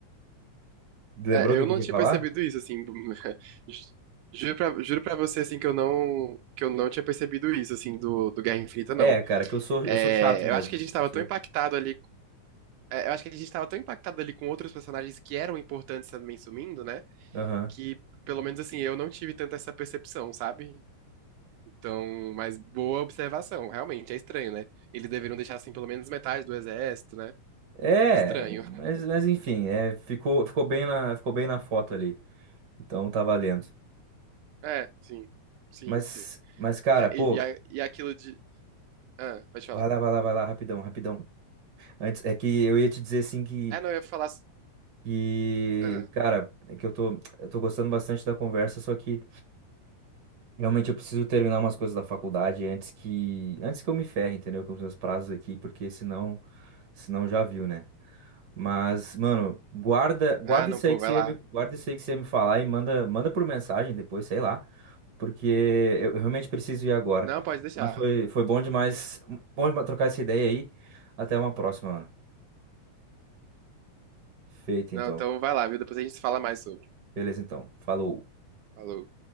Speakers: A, on the right; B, on the right.
A: Lembrou
B: É,
A: o
B: eu
A: que que
B: não
A: eu ia
B: tinha
A: falar?
B: percebido isso, assim. <laughs> ju- Juro pra, juro pra você, assim, que eu não, que eu não tinha percebido isso, assim, do, do Guerra Infinita, não.
A: É, cara, que eu sou eu
B: É,
A: sou chato mesmo.
B: eu acho que a gente tava
A: Eu sou...
B: tão impactado ali. é, eu acho que a gente tava tão impactado ali com outros personagens que eram importantes também sumindo, né?
A: Aham.
B: Que, pelo menos, assim, eu não tive tanto essa percepção, sabe? Então, mas boa observação. Realmente, é estranho, né? Eles deveriam deixar, assim, pelo menos metade do exército, né?
A: É,
B: Estranho.
A: mas,
B: <laughs>
A: mas enfim, é, ficou, ficou bem na, ficou bem na foto ali. Então tá valendo.
B: É, sim. Sim,
A: Mas,
B: sim.
A: mas cara,
B: É,
A: pô,
B: e, e a- e aquilo de... Ah, pode falar.
A: vai lá, vai lá, vai lá, rapidão, rapidão. Antes, é que eu ia te dizer assim que,
B: Ah, não, eu ia falar...
A: que,
B: Ah,
A: cara, é que eu tô, eu tô gostando bastante da conversa, só que realmente eu preciso terminar umas coisas da faculdade antes que, antes que eu me ferre, entendeu? Com os meus prazos aqui, porque senão, senão já viu, né? Mas, mano, guarda, guarda
B: ah, não,
A: isso
B: pô,
A: aí que
B: vai
A: você
B: lá.
A: ia me, guarda isso aí que você ia me falar e manda, manda por mensagem depois, sei lá, porque eu, eu realmente preciso ir agora.
B: Não, pode deixar.
A: Mas foi, foi bom demais, bom demais trocar essa ideia aí. Até uma próxima, mano. Feito,
B: Não,
A: então.
B: então vai lá, viu? Depois a gente se fala mais sobre.
A: Beleza, então. Falou.
B: Falou.